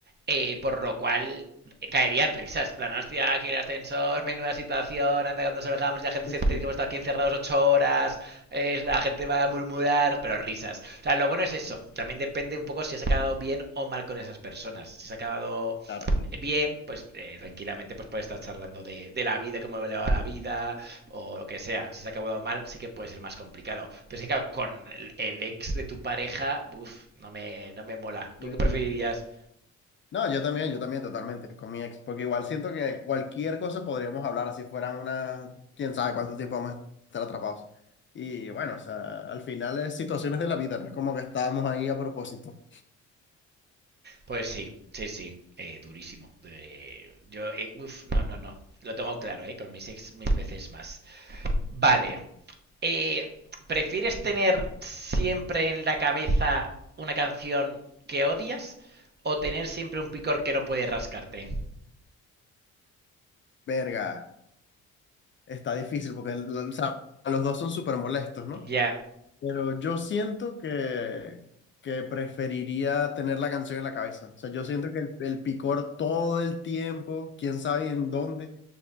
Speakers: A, on the right; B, on the left.
A: Eh, por lo cual eh, caerían risas, plan, hostia, aquí el ascensor, menuda situación, anda cuando salgamos y la gente
B: Sí,
A: se
B: sí.
A: entiende que hemos estado aquí encerrados ocho horas, eh, la gente va a murmurar, pero risas. O sea, lo bueno es eso, también depende un poco si has acabado bien o mal con esas personas. Si has acabado
B: Claro, claro.
A: bien, pues eh, tranquilamente pues puedes estar charlando de, de la vida, cómo le va la vida, o lo que sea, si se ha acabado mal, sí que puede ser más complicado. Pero es que, claro, con el- ex de tu pareja, uff, no me, no me mola.
B: Sí,
A: ¿Tú qué preferirías?
B: sí, sí. No, yo también, yo también totalmente con mi ex, porque igual siento que cualquier cosa podríamos hablar, así fueran una, quién sabe cuánto tiempo vamos a estar atrapados. Y bueno, o sea, al final es situaciones de la vida, no es como que estábamos ahí a propósito.
A: Pues sí, sí, sí, eh, durísimo. Eh, yo, eh, uff, no, no, no. Lo tengo claro, ¿eh? Con mis ex mil veces más. Vale. eh, ¿prefieres tener siempre en la cabeza una canción que odias o tener siempre un picor que no puedes rascarte?
B: Verga, está difícil porque el- o sea, los dos son súper molestos, ¿no?
A: Ya,
B: Pero yo siento que, que preferiría tener la canción en la cabeza. O sea, yo siento que el, el picor todo el tiempo, quién sabe en dónde,